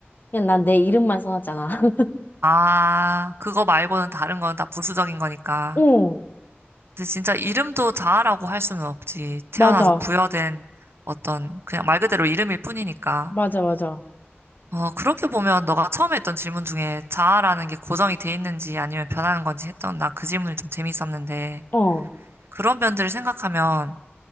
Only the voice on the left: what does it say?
그냥 난 내 이름만 써놨잖아. <laughs>
어,
맞아.
맞아, 맞아.
어.